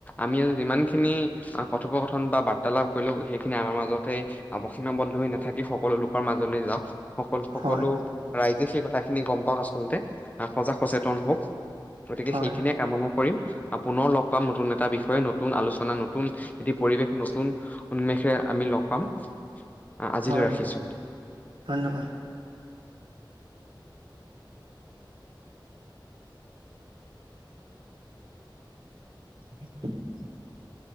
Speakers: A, on the left; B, on the right.
A: আমি যিমান খিনি আ কথোপকথন বা বাৰ্তালাপ কৰিলোঁ, সেইখিনি আমাৰ মাজতে আৱ সীমাবদ্ধ হৈ নাথাকি সকলো লোকৰ মাজলৈ যাওক সকল সকলো
B: হয়
A: ৰাইজে সেই কথাখিনি গম পাওক আচলতে। এ সজাগ সচেতন হওঁক। গতিকে
B: হয়
A: সেইখিনিয়ে কামনা কৰিম। আ পুনৰ লগ পাম নতুন এটা বিষয়ে, নতুন আলোচনা, নতুন এটি পৰিৱেশ, নতুন উন্মেষে আমি লগ পাম। আ-আজিলৈ
B: হয়
A: ৰাখিছোঁ‌।
B: ধন্যবাদ। <unintelligible>